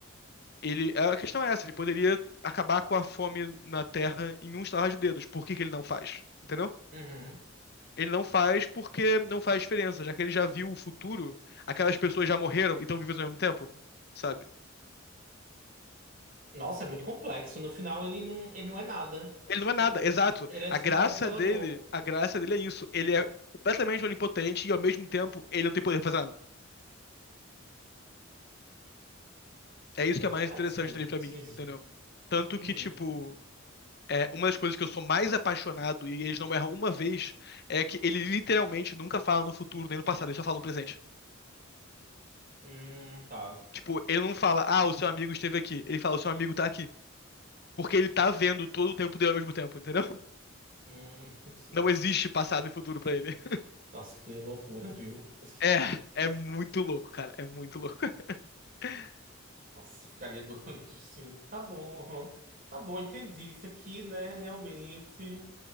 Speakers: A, on the left (about 50°); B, on the right (about 45°).
A: ele. A questão é essa, ele poderia acabar com a fome na Terra em um estalar de dedos. Por que que ele não faz? Entendeu?
B: Uhum.
A: Ele não faz porque não faz diferença, já que ele já viu o futuro, aquelas pessoas já morreram e estão vivas ao mesmo tempo, sabe?
B: Nossa, é muito complexo. No final, ele não, ele não é nada.
A: Ele não
B: Tipo,
A: é nada, exato.
B: ele é
A: A
B: só
A: graça
B: um observador.
A: dele, a graça dele é isso. Ele é completamente onipotente e ao mesmo tempo ele não tem poder pra fazer nada. É isso
B: Meu
A: que é
B: complexo
A: mais interessante
B: isso aí.
A: dele pra mim,
B: <laughs>
A: entendeu? Tanto
B: Uhum.
A: que, tipo, é, uma das coisas que eu sou mais apaixonado e eles não erram uma vez é que ele literalmente nunca fala no futuro nem no passado, ele só fala no presente.
B: Hum, tá.
A: Tipo, ele não fala, ah, o seu amigo esteve aqui. Ele fala, o seu amigo tá aqui. Porque ele tá vendo todo o tempo dele ao mesmo tempo, entendeu?
B: Hum. <laughs>
A: Não
B: Nossa.
A: existe passado e futuro pra ele. <laughs>
B: Nossa, que loucura, viu? <laughs>
A: É, é muito louco, cara. É muito louco. <laughs>
B: Nossa, eu ficaria <laughs> doido, sim. Tá bom, tá bom, entendi isso aqui, né? Realmente.